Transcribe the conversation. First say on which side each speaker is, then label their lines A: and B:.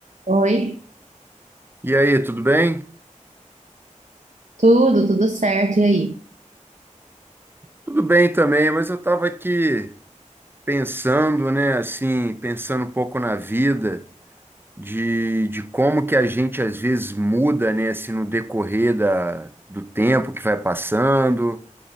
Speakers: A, on the right; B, on the right.
A: Oi,
B: E aí, tudo bem?
A: tudo, tudo certo. E aí?
B: Tudo bem também, mas eu estava aqui pensando, né, assim, pensando um pouco na vida, de, de como que a gente às vezes muda, né, assim, no decorrer da, do tempo que vai passando,